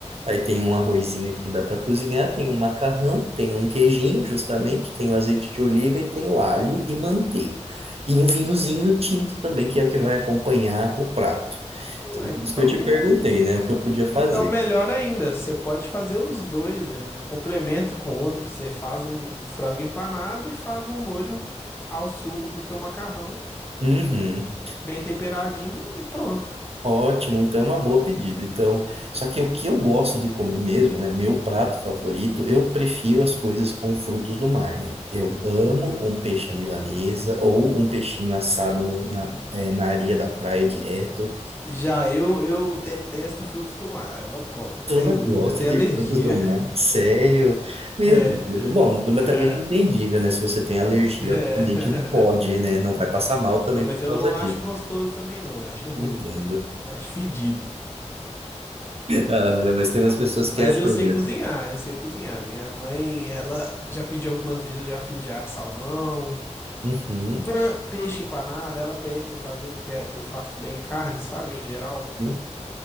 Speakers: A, on the right; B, on the left.
A: aí tem um arrozinho aqui que dá para cozinhar, tem um macarrão, tem um queijinho, justamente, tem o azeite de oliva e tem o alho e manteiga. E um vinhozinho tinto também, que é o que vai acompanhar o prato.
B: Não,
A: Então,
B: então,
A: por isso que eu te perguntei, né? O que eu podia fazer.
B: então melhor ainda, você pode fazer os dois, né? Um complemento com o outro. Você faz um um frango empanado e faz um molho ao sugo pro seu macarrão,
A: Uhum.
B: bem temperadinho e pronto.
A: Ótimo, então é uma boa pedida. Então, só que o que eu gosto de comer mesmo, né? Meu prato favorito, eu prefiro as coisas com frutos do mar, né? Eu amo um peixe à milanesa ou um peixinho assado no- na, eh, na areia da praia direto.
B: Já eu, eu detesto frutos do mar, eu não como,
A: Eu
B: nenhum,
A: não gosto
B: ainda tenho
A: de
B: alergia.
A: frutos do mar, sério. Meu
B: É.
A: Deus. Bom,
B: <laughs>
A: mas também é entendível, né? Se você tem alergia,
B: É.
A: obviamente não pode, né? Não vai passar mal também
B: Não, mas
A: por
B: eu
A: causa
B: não
A: disso.
B: acho gostoso também não, eu acho ruim,
A: Entendo. <laughs>
B: eu acho fedido.
A: Ah, olha, mas tem umas pessoas
B: Mas
A: que acham
B: eu sei
A: mesmo.
B: cozinhar, eu sei cozinhar. Minha mãe, ela já pediu algumas vezes, eu já fiz já salmão,
A: Uhum.
B: fran- peixe empanado, ela pede pra eu fazer porque eu faço bem carne, sabe, em geral.
A: uhum.